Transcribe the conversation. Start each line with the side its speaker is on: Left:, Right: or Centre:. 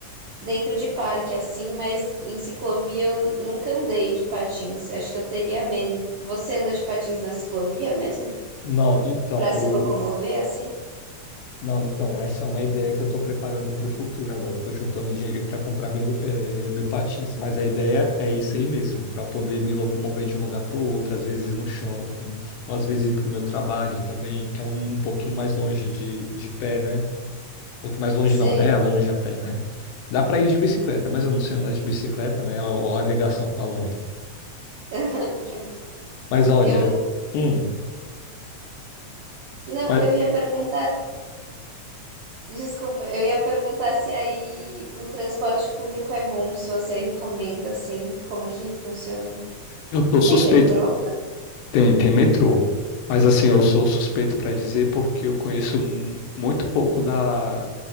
Right: dentro de parque assim, mas em ciclovia eu nunca andei de patins. Acho que eu teria medo. Você anda de patins na ciclovia mesmo?
Left: Não, então,
Right: Pra se
Left: eu.
Right: locomover assim?
Left: Não, então, essa é uma ideia que eu estou preparando para o futuro agora. Estou juntando dinheiro para comprar meu, eh, meu patins, mas a ideia é isso aí mesmo, para poder me locomover de um lugar para o outro, às vezes ir no shopping, ou às vezes ir para o meu trabalho também, que é um, um pouquinho mais longe de, de pé, né? pouco mais longe
Right: Sei.
Left: não, é longe a pé, né? Dá para ir de bicicleta, mas eu não sei andar de bicicleta, né? Ó, a negação falando.
Right: <laughs> Justo.
Left: Mas olha,
Right: Eu
Left: hum,
Right: não,
Left: mas
Right: eu ia perguntar, desculpa, eu ia perguntar se aí o transporte público é bom, se você recomenda assim, como que funciona?
Left: eu sou suspeito,
Right: Tem metrô?
Left: tem, tem metrô. Mas assim, eu sou suspeito para dizer porque eu conheço mu- muito pouco da